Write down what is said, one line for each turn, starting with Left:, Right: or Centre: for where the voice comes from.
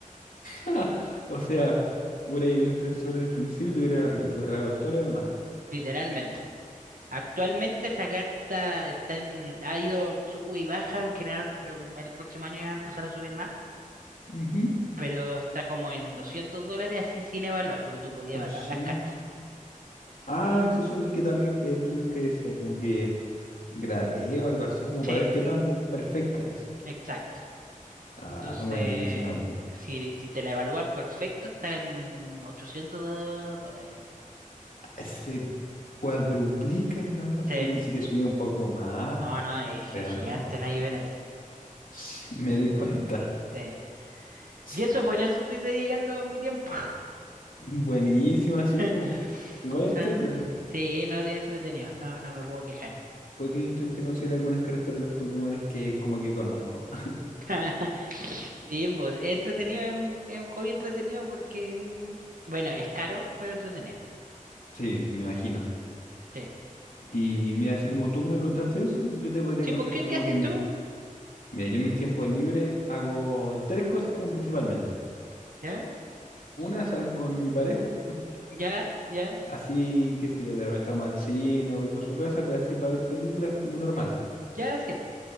Left: <laughs> O sea, hubiera abierto ese sobre el principio y te hubiera ahorrado todo lo demás.
Right: literalmente. Actualmente esa carta está en, ha ido, sube y baja en general, pero el próximo año ya va a empezar a subir más.
Left: Ujú.
Right: Pero está como en 200 dólares así sin evaluar, porque tú podías
Left: 200.
Right: evaluar las cartas.
Left: Ah, sí, eso vi que también que el review que decía como que gradeo, algo así, como
Right: Sí,
Left: para ver qué tan perfecta es.
Right: exacto.
Left: Ah,
Right: Entonces,
Left: buenísimo.
Right: si, si te la evalúan perfecto, está en ochocientos do- dólares.
Left: Se cuadruplica el valor.
Right: Sí,
Left: Yo pensé que subía un poco más,
Right: no, no, es,
Left: pero
Right: es gigante
Left: no.
Right: la diferencia.
Left: <laughs> Sí, Me di cuenta.
Right: Sí.
Left: <laughs>
Right: Y eso, pues en eso estoy dedicando mi tiempo.
Left: Buenísima, sí,
Right: <laughs>
Left: po. Igual entrete,
Right: O sea,
Left: po.
Right: sí, no, sí, es entretenido. No, no me puedo quejar.
Left: Puede que yo intente conseguir algunas cartas de los Pokémones que como que conozco. <laughs>
Right: <laughs> Sí, pues es entretenido, es un, es un hobby entretenido porque, bueno, es caro, pero entretenido.
Left: Sí, me imagino.
Right: Sí.
Left: Y mira, así como tú me contaste eso, yo te podría
Right: Sí,
Left: contar
Right: pues, ¿qué,
Left: así
Right: qué
Left: como
Right: haces
Left: que mis
Right: tú?
Left: Mira, yo en mis tiempos libres hago tres cosas como principalmente.
Right: ¿Ya?
Left: Una, salgo con mi pareja,
Right: ¿Ya? ¿Ya?
Left: así que si yo de repente vamos al cine o voy para su casa, pe- así para ver películas como normal.
Right: ¿Ya? Sí. pues.